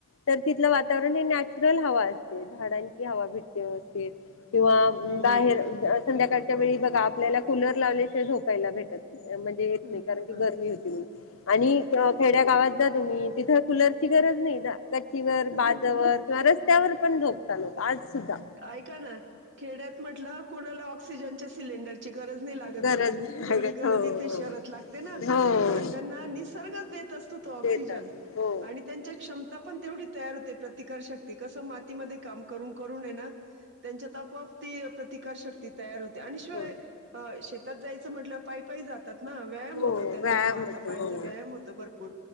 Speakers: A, on the left; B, on the right.
A: तर तिथलं वातावरण हे नॅचरल हवा असते झाडांची हवा भिट व्यवस्थित किंवा
B: हो
A: बाहेर
B: हो
A: संध्याकाळच्या वेळी बघा आपल्याला कुलर लावल्याशिवाय झोपायला भेटत म्हणजे येत
B: ह
A: नाही कारण की
B: ह
A: गरमी होती म्हणून आणि खेड्या गावात जा तुम्ही तिथं कुलरची गरज नाही दा गची चिवर
B: ह
A: बाजवर किंवा रस्त्यावर पण झोपतात लोक आज सुद्धा
B: ऐका ना खेड्यात म्हटलं कुणाला ऑक्सिजनच्या सिलेंडर ची गरज नाही लागत
A: गरज
B: बघा
A: नाही
B: जेवढी
A: लागत
B: गरज
A: हो हो
B: इथे शहरात लागते ना
A: हो
B: कारण त्यांना निसर्गच देत असतो तो ऑक्सिजन
A: तेच असत हो
B: आणि त्यांच्यात क्षमता पण तेवढी तयार होते प्रतिकारशक्ती कसं मातीमध्ये काम करून करून हेना त्यांच्यात आपोआप ती प्रतिकार शक्ती तयार होते आणि शिवाय
A: हो
B: ह शेतात जायचं म्हटलं पायी पायी जात तात ना व्यायाम
A: हो
B: होतो त्यांचा
A: व्यायाम
B: तो हाता
A: होतो
B: पायांचा
A: हो
B: व्यायाम होतो भरपूर